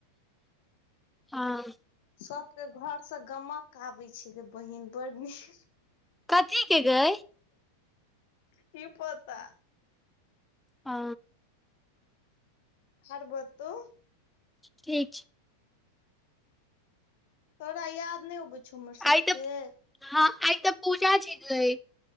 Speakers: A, in the centre; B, on the left (about 50°).
A: हँ।
B: सबके घरसे गमक आबै छैय गै बहिन बड़ नीक।
A: कथीके गै।
B: की पता।
A: अ।
B: आर बतो।
A: ठीक छैय।
B: तोरा याद नहि अबै छौ हमर सबके।
A: आइ तऽ हँ आइ तऽ पूजा छी गै।